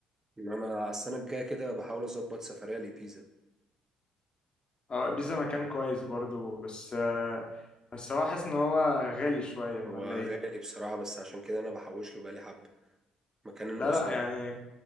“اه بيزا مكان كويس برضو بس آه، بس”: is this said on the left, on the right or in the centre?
Left